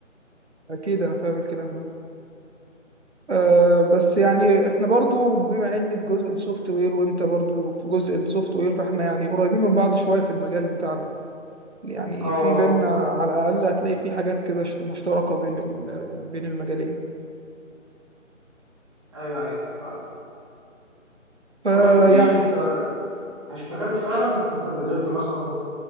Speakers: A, on the right (about 55°); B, on the right (about 20°).
A: أكيد أنا فاهم الكلام ده أه بس يعني احنا برضو بما اني في جزء السوفت وير وانت برضو في جزء السوفت وير فاحنا يعني قريبين من بعض شوية في المجال بتاعنا يعني
B: اه اه آه،
A: في بيننا
B: فعلا.
A: على الأقل هتلاقي في حاجات كده شت- مشتركة بين ال- بين المجالين
B: ايوه ايوه فعلا
A: فيعني
B: طب ما قلتليش انت اشتغلت فعلا يعني انت نزلت مثلا